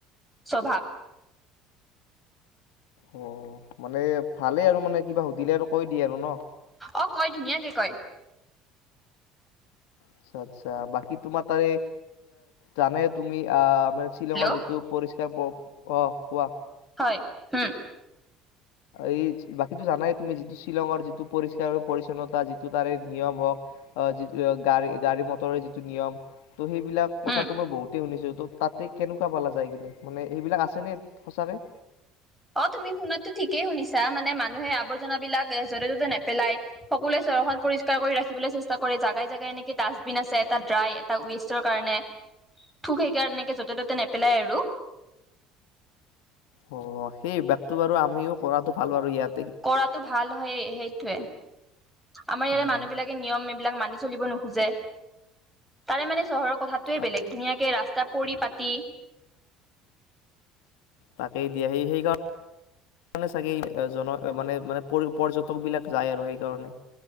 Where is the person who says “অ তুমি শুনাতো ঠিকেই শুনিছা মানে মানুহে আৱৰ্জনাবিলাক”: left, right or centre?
Centre